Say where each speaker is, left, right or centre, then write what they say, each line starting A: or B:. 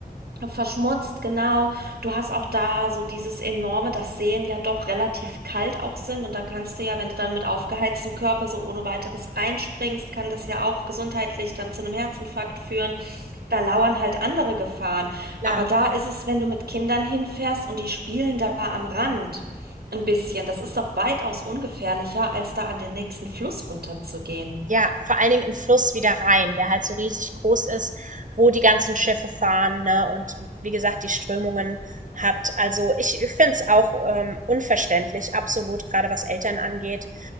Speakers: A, on the right (about 80°); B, on the right (about 50°).
A: Verschmutzt, genau. Du hast auch da so dieses enorme, dass Seen ja doch relativ kalt auch sind. Und da kannst du ja, wenn du dann mit aufgeheiztem Körper so ohne weiteres reinspringst, kann das ja auch gesundheitlich dann zu einem Herzinfarkt führen. Da lauern halt andere Gefahren.
B: klar.
A: Aber da ist es, wenn du mit Kindern hinfährst und die spielen da am Rand ein bisschen. Das ist doch weitaus ungefährlicher, als da an den nächsten Fluss runterzugehen.
B: Ja, vor allen Dingen in Fluss wie der Rhein, der halt so riesig groß ist, wo die ganzen Schiffe fahren, ne? Und wie gesagt, die Strömungen hat. Also ich, ich finde es auch ähm, unverständlich, absolut, gerade was Eltern angeht.